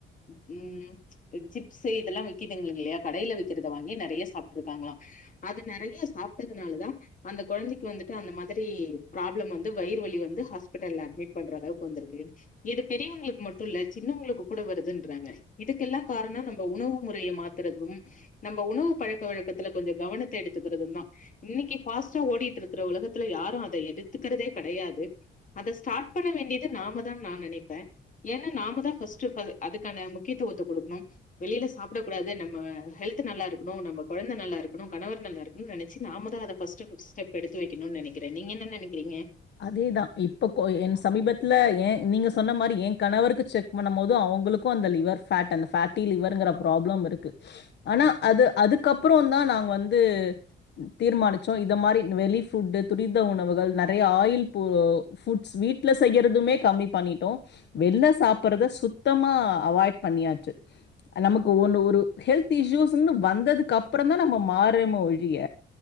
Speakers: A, on the left; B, on the left.
A: உ ம் பு ச்சிப்ஸு இதெல்லா விக்கிதிங் இல்லையா கடைய்ல விக்கத் குத வாங்கி நறயா சாப்ட்ருக்காங்ளா அது நறயா சாப்ட்டதுனாலதா அந்த கொழந்தைக் வந்துட்டு அந்த மாதிரி ப்ராப்ளம் வந்து வயிறு வலி வந்து ஹாஸ்பிட்டல்ல அட்மிட் பண்ற அளவ்க் வந்துர்க்கு இது பெரியவங்ளுக் மட்டு இல்ல சின்னவங்ளுக்கு கூட வருதுன்றாங்க இதுக்கெல்லா காரணம் நம்ம உணவு முறைய மாத்றதும் நம்ம உணவு பழக்க வழக்கத்துல கொஞ்ச கவனத்த எடுத்துக்குறதுந்நா இன்னிக்கி ஃபாஸ்ட்டா ஓடிட்ருக்குற உலகத்துல யாரு அத எடுத்துக்கறதே கடையாது அத ஸ்டாட் பண்ண வேண்டிய்து நாம தான் நா நெனைப்பே ஏனா நாம தா ஃபஸ்ட்டு ஃபவ் அதுக்கான முக்கியத்துவத்த குடுக்ணும் வெளில சாப்ட கூடாதே நம்ம ஹெல்த் த்து நல்லா இருக்னு நம்ம கொழந்த நல்லா இருக்கணு கணவர் நல்லார்க்கனு நெனச்சி நாம தா அத ஃபஸ்ட்டு ஃபுட் ஸ்டெப் பெடுத்து வெக்கணு நெனக்றே நீங்க என்ன நெனக்றீங்க
B: அதேதா இப்ப கோ என் சமீபத்ல ஏ நீங்க சொன்ன மாரி ஏ கணவருக்கு செக் பண்ண போது அவ்ங்களுக்கு அந்த லிவர் ஃபேட் அந்த ஃபேட்டி லிவர்ங்கற ப்ராப்ளம் இருக்கு ஆனா அது அதுக்கப்றோ தா நா வந்து தீர்மானிச்சோ இத மாரி வெலி ஃபுட்டு துரித்த உணவுகள் நட் றைய ஆயில் போ ஃபுட்ஸ் வீட்ல செய்யற்துமே கம்மி பண்ணிட்டோ வெள்ள சாப்பற்த சுத்தமா அவாய்ட் பண்ணியாச்சு நமக்கு ஒண்ணு ஒரு ஹெல்த் இஷ்யூஸுன்னு வந்ததுக்கப்பறந்தா நம்ம மாறேமோ ஒழிய